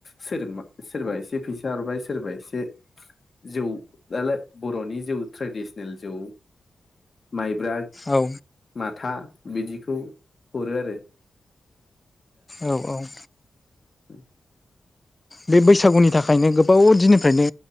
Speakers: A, on the left; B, on the left.
A: सोर-सोरबा एसे फैसा हरबाय सोरबा एसे जौ दालाय बर'नि जौ ट्रेडिसनेल जौ माइब्रा
B: औ
A: माथा बिदिखौ हरो आरो
B: औ औ
A: उम
B: बे बैसागुनि थाखायनो गोबाव दिननिफ्रायनो